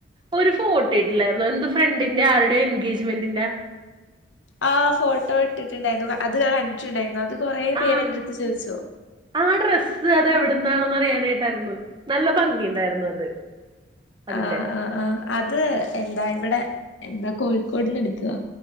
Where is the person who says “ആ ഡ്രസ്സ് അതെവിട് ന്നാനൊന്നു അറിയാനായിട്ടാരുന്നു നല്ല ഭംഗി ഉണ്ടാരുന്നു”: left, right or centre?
Right